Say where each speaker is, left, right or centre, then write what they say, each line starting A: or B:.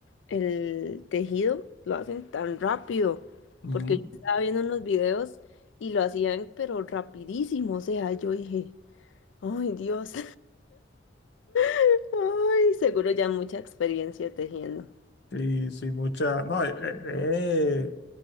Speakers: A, on the left; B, on the left.
A: el tejido lo hacen tan rápido,
B: ujú,
A: porque yo estaba viendo unos videos y lo hacían pero rapidísimo, o sea, yo dije, ay Dios, <laughs> ay, seguro ya mucha experiencia tejiendo.
B: sí, sí, mucha, no, eh, eh, eh,